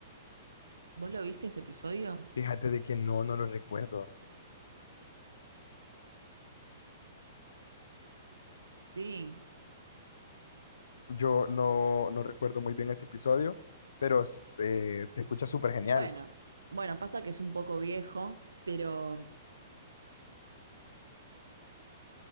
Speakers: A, on the right; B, on the left.
A: ¿Vos lo viste ese episodio?
B: Fíjate de que no, no lo recuerdo.
A: Sí.
B: Yo no, no recuerdo muy bien ese episodio, pero s- eh, se escucha súper genial.
A: Bueno, bueno, pasa que es un poco viejo, pero